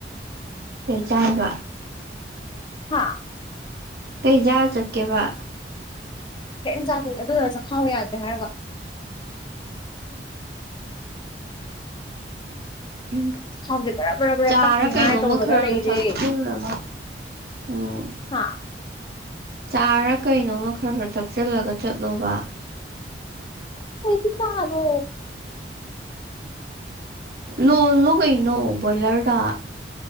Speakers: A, on the right; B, on the left.
A: ꯀꯩ ꯆꯥꯢꯕ
B: ꯍꯥꯥ
A: ꯀꯩꯖꯥꯔ ꯆꯠꯀꯦꯕ
B: ꯀ ꯆꯥꯅꯤ ꯑꯗꯨꯗꯨ ꯆꯪꯈꯥꯎꯕ ꯌꯥꯗꯦ ꯍꯥꯏꯔꯒ
A: ꯎꯝ
B: ꯆꯥꯛꯈꯥꯎꯁꯦ ꯕꯔꯥ ꯕꯔꯥ ꯕꯔꯥ
A: ꯆꯥꯔ
B: ꯄꯠꯅꯤꯡꯉꯥꯏ
A: ꯀꯩꯅꯣꯝꯃ
B: ꯇꯧꯔꯒ
A: ꯈꯔꯒ
B: ꯂꯩꯔꯦ
A: ꯊꯛꯜꯂꯒ ꯎꯝ
B: ꯍꯥ
A: ꯆꯥꯔ ꯀꯩꯅꯣꯝꯃ ꯈꯔ ꯈꯔ ꯊꯛꯆꯜꯂꯒ ꯆꯠꯂꯣꯕ
B: ꯑꯩꯒꯤ ꯀꯥꯗ ꯎ
A: ꯂꯣꯜꯂꯣ ꯀꯩꯅꯣ ꯕꯣꯏꯂꯔꯗ